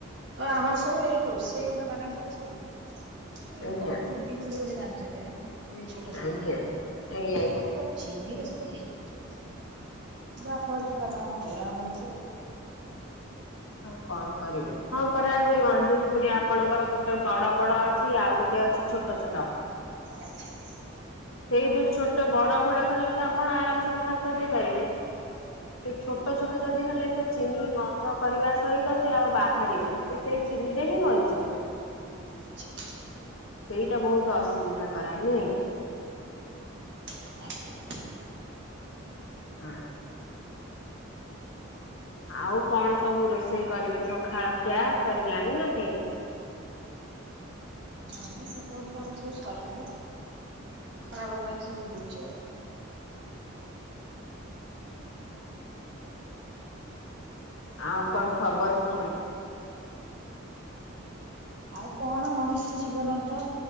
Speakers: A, on the right; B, on the left.
A: ତ ଆମର ସବୁ ଏଇ ରୋଷେଇ ଘର ମାନଙ୍କରେ ସବୁ ଏ
B: ଆଜ୍ଞା
A: ଗନ୍ଧି ପିମ୍ପୁଡି ଗୋଟେଜାଣିଛନ୍ତି ନା ହୁଏ ଛୋଟ ଛୋଟ
B: ଆଜ୍ଞା ଆଜ୍ଞା ଆଜ୍ଞା।
A: ଏ ସବୁ ଚିନିରେ ସବୁ ହେଇଯାଉଛନ୍ତି ଯାହା ଫଳରେ ଟିକେ ଆମେ ହଇରାଣ ହଉଛୁ ଆଉ।
B: ଆଉ କଣ କରିବେ? ହଁ ପରା ଯେ ଗନ୍ଧିବୀ ପୁଣି ଆପଣଙ୍କର ଗୋଟେ ବଡ ବଡ ଅଛି ଆଉ ଗୋଟେ ଅଛି ଛୋଟ ଛୋଟ
A: ଆଚ୍ଛା।
B: ସେଇ ଯୋଉ ଛୋଟ ବଡ ଗୁଡାକ ହେଲେ ତ ଆପଣ ଆରାମ ସେ ବାହାର କରିଦେଇ ପାରିବେ। ସେ ଛୋଟ ଛୋଟ ଯଦି ହେଲେ ସେ ଚିନି ଗନ୍ଧ କରିବା, ସହିତ ସେ ଆଉ ବାହାରିବେନି ସେ ସେଇ ଚିନି ରେ ହିଁ ମରିଯିବେ।
A: ଆଚ୍ଛା ଆଚ୍ଛା।
B: ସେଇଟା ବହୁତ ଅସୁବିଧା କରାଏ ନାଇଁ କି?
A: <unintelligible>
B: ହଁ। ଆଉ କଣ ସବୁ ରୋଷେଇ କରିବେ ସଖାଳଖିଆ ସରିଲାଣି ନା ହେଇ,
A: ନାଇଁ ସକାଳଖିଆ ଆମର ସବୁ ସରିଲାଣି ଖରା ବେଳ ପାଇଁ ସବୁ ହଉଛି ଆଉ।
B: ଆଉ କଣ ଖବର କୁହନ୍ତୁ?
A: ଆଉ କଣ ମଣିଷ ଜୀବନ ତ